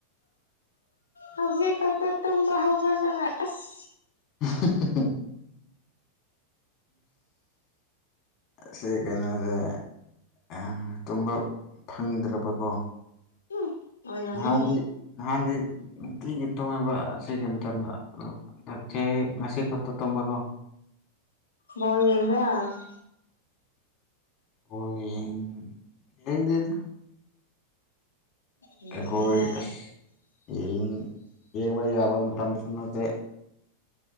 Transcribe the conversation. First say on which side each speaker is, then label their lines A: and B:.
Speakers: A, on the left (about 70°); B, on the left (about 35°).
A: ꯍꯧꯖꯤꯛꯈꯛꯇ ꯇꯨꯝꯕ ꯍꯧꯒꯠꯂꯒ ꯑꯁ
B: <unintelligible> ꯑꯁꯤ ꯀꯩꯅꯣꯖꯦ ꯎꯝ ꯇꯨꯝꯕ ꯐꯪꯗ꯭ꯔꯕꯀꯣ
A: ꯎꯝ ꯑꯣꯏꯔꯝꯅꯤ
B: ꯅꯍꯥꯟꯗꯤ ꯅꯍꯥꯟꯗꯤ ꯅꯨꯡꯇꯤꯒꯤ ꯇꯨꯝꯃꯦꯕ ꯁꯤꯒꯤ ꯃꯇꯝꯗ ꯗꯣ ꯍꯟꯗꯛꯇꯤ ꯉꯁꯤꯈꯛꯇ ꯇꯨꯝꯕꯀꯣ
A: ꯕꯣꯜ ꯌꯦꯕ꯭ꯔ ꯌꯥꯔꯅꯤ
B: ꯕꯣꯜ ꯌꯦꯡ ꯌꯦꯡꯗꯦꯗ
A: ꯌꯦꯡꯗꯦꯗ
B: ꯑꯩꯈꯣꯏ ꯑꯁ ꯌꯦꯡ ꯌꯦꯡꯕ ꯌꯥꯕ ꯃꯇꯝꯁꯨ ꯅꯠꯇꯦ